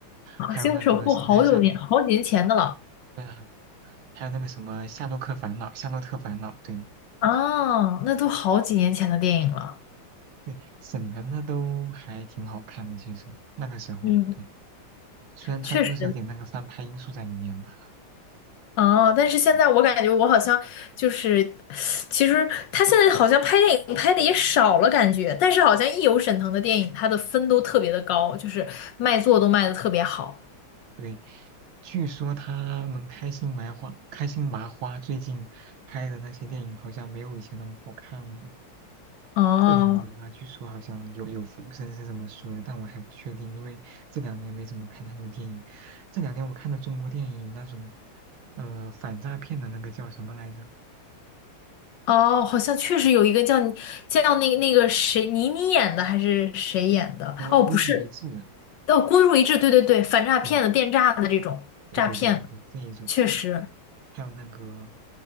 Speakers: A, on the left; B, on the right.
A: 好像首富》好久年好几年前的了
B: 还有那个《神探夏洛克》，对啊，还有那个什么《夏洛克烦恼》，《夏洛特烦恼》，对
A: 啊，那都好几年前的电影了。
B: 对，沈腾的都还挺好看的，其实那个时候，
A: 嗯，
B: 对，虽然他都是有点那个翻拍因素在里面吧，
A: 确实哦，但是现在我感觉我好像就是，
B: 嗯
A: 其实他现在好像拍电影拍的也少了，感觉，但是好像一有沈腾的电影，他的分都特别的高，就是卖座都卖的特别好。
B: 对，据说他们开心麻花、开心麻花最近拍的那些电影好像没有以前那么好看了。
A: 哦，
B: 这两年啊，据说好像有有风声是这么说的，但我还不确定，因为这两年没怎么看他们的电影。这两年我看的中国电影有那种，呃，反诈骗的那个叫什么来着？
A: 哦，好像确实有一个叫你叫那个那个谁倪妮演的还是谁演的？
B: 那个孤注一掷，
A: 哦，不是，哦，孤注一掷，对对对，反诈骗的、
B: 对，
A: 电诈的这种诈骗的，
B: 对对对对对，这一种，
A: 确实。
B: 还有那个